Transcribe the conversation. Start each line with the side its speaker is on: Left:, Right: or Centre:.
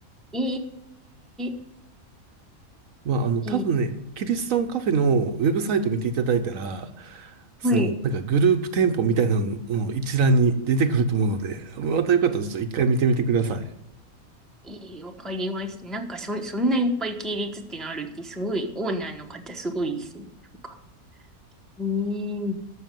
Centre: <laughs> えー、
Right: <laughs> まあ、あの、多分ね、
Centre: えー
Right: キリストンカフェのウェブサイト見ていただいたら、その、
Centre: はい。
Right: なんかグループ店舗みたいなのの一覧に出てくると思うので、またよかったらちょっと一回見てみてください。
Centre: ええ、わかりました。なんかそ、そんないっぱい系列ってのあるって、すごい、オーナーの方すごいですね。なんか。うん。